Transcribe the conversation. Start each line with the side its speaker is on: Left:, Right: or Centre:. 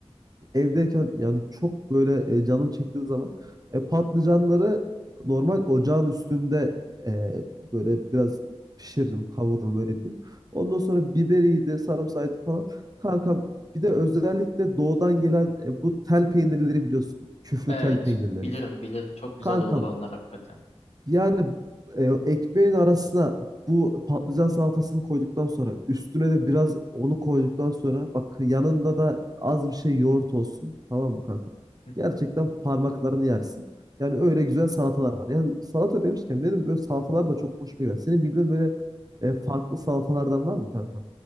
Right: evdeyken yani çok böyle e, canım çektiği zaman e, patlıcanları normal ocağın üstünde e, böyle biraz pişiririm, kavururum öyle diyeyim. Ondan sonra biberiydi, sarımsağıydı falan. Kanka bir de özellikle doğudan gelen e, bu tel peynirleri biliyorsun. Küflü
Left: Evet.
Right: tel peynirleri.
Left: Bilirim bilirim. Çok güzel
Right: Kankam
Left: olur onlar hakikaten.
Right: yani e, ekmeğin arasına bu patlıcan salatasını koyduktan sonra üstüne de biraz onu koyduktan sonra bak yanında da az bir şey yoğurt olsun tamam mı kanka?
Left: Hı
Right: Gerçekten
Left: hı.
Right: parmaklarını yersin. Yani öyle güzel salatalar var. Yani salata demişken benim böyle salatalar da çok hoşuma gider. Senin bildiğin böyle e, farklı salatalardan var mı kanka?